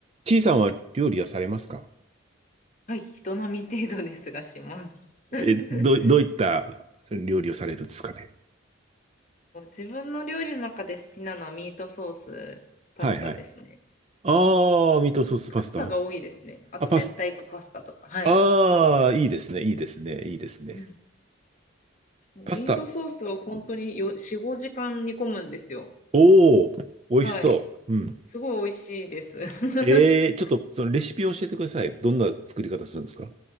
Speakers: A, on the right (about 30°); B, on the left (about 35°).
A: ちいさんは料理はされますか
B: はい、人並み程度ですがします。<laughs>
A: え、どう、どういった料理をされるんですかね。
B: 自分の料理の中で好きなのはミートソース、パスタですね。
A: はいはい。ああ、ミートソースパスタ。
B: パスタが多いですね。あと、
A: あ、パス、
B: 明太子パスタとか。はい。
A: ああ、いいですね、いいですね、いいですね。
B: うん、ミートソースを本当によ4、
A: パスタ。
B: 5時間煮込むんですよ。
A: おお、美味しそう。
B: はい。
A: うん。
B: すごい美味しいです。<laughs>
A: えー、ちょっとそのレシピを教えてください。どんな作り方するんですか